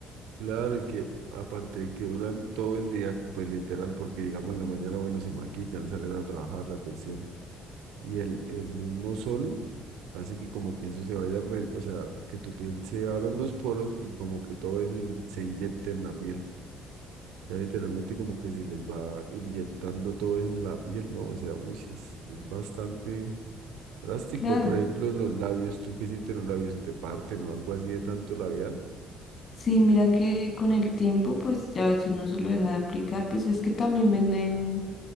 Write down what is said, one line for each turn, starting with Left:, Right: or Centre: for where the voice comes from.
Right: Claro, y que aparte de que duran todo el día, pues literal, porque digamos en la mañana, bueno, se maquillan, salen a trabajar la cuestión, y el, el mismo sol hace que como que eso se vaya, re- o sea, que tu piel se abran los poros y como que todo eso in- se inyecte en la piel. Ya literalmente como que se les va inyectando todo eso en la piel, ¿no? O sea, uy, sí es, es bastante drástico.
Left: Claro.
Right: Por ejemplo, en los labios, ¿tú qué sientes En los labios? ¿Se te parten o algo así de tanto labial?
Left: Sí, mira que con el tiempo, pues ya si uno se lo deja de aplicar, pues es que también venden